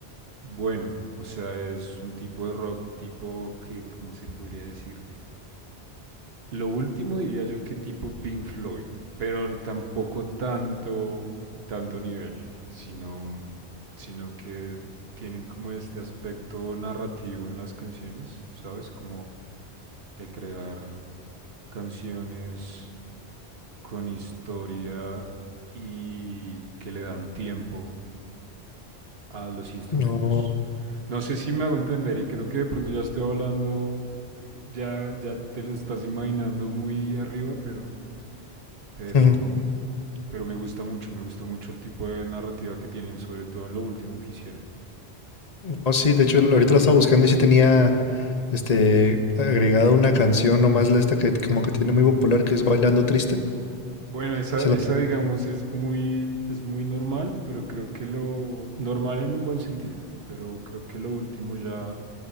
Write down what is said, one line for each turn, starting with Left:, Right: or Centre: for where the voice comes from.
Right: bueno, o sea, es un tipo de rock tipo que, ¿cómo se podría decir? Lo último diría yo que tipo Pink Floyd, pero tampoco tanto, tanto nivel, sino, sino que tienen como este aspecto narrativo en las canciones, ¿sabes? Como de crear canciones con historia y que le dan tiempo a los instrumentos.
Left: No,
Right: No sé si me hago entender y creo que de pronto ya estoy hablando, ya, ya te lo estás imaginando muy arriba, pero, pero,
Left: ujú,
Right: pero me gusta mucho, me gusta mucho el tipo de narrativa que tienen, sobre todo en lo último que hicieron.
Left: no, sí, de hecho ahorita lo estaba buscando y sí tenía este agregada una canción nomás la esta que como que tiene muy popular que es Bailando Triste.
Right: Bueno, esa,
Left: Esa la
Right: esa
Left: tengo.
Right: digamos es muy, es muy normal, pero creo que lo normal en un buen sentido, pero creo que lo último ya